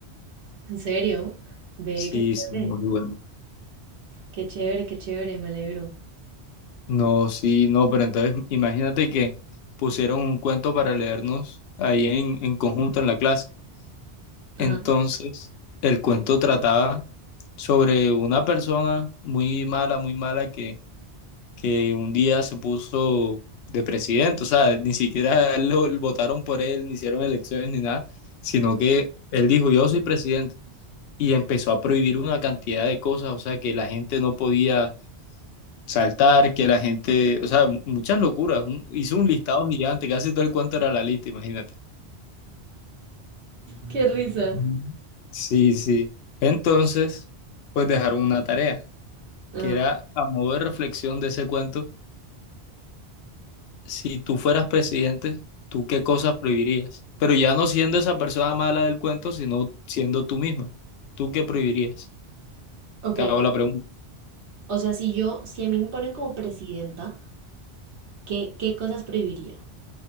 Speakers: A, on the right (about 80°); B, on the left (about 70°).
A: ¿en serio? Ve,
B: Sí,
A: qué chévere.
B: sí, muy bueno.
A: Qué chévere, qué chévere, me alegro.
B: No, sí, no, pero entonces imagínate que pusieron un cuento para leernos ahí en en conjunto en la clase.
A: Ajá,
B: Entonces, el cuento trataba sobre una persona muy mala, muy mala que, que un día se puso de presidente, o sea, ni siquiera lo, votaron por él, ni hicieron elecciones ni nada, sino que él dijo, yo soy presidente, y empezó a prohibir una cantidad de cosas, o sea, que la gente no podía saltar, que la gente, o sea, muchas locuras, un- hizo un listado gigante, casi todo el cuento era la lista, imagínate.
A: qué risa.
B: Mm. Sí, sí. Entonces, pues dejaron una tarea,
A: Ajá,
B: que era a modo de reflexión de ese cuento, si tú fueras presidente, ¿tú qué cosas prohibirías? Pero ya no siendo esa persona mala del cuento, sino siendo tú misma. ¿Tú qué prohibirías?
A: ok.
B: Te hago la pregunta.
A: O sea, si yo, si a mí me ponen como presidenta, ¿qué, qué cosas prohibiría